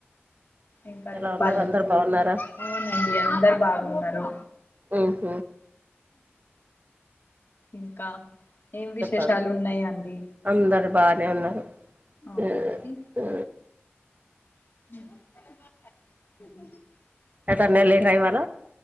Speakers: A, on the left (about 55°); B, on the right (about 40°).
A: ఇంకా
B: ఎలా
A: చెప్పాలండి
B: ఉన్నారు అందరు బాగున్నారా
A: అవునండి అందరు బాగున్నారు.
B: ఆహ
A: ఇంకా ఏం విశేషాలు
B: చెప్పాలి
A: ఉన్నాయా అండి?
B: అందరు బానే ఉన్నారు
A: అవునాండి
B: ఊ ఊ
A: <inaudible>
B: న్నాలేెకాయి వాళ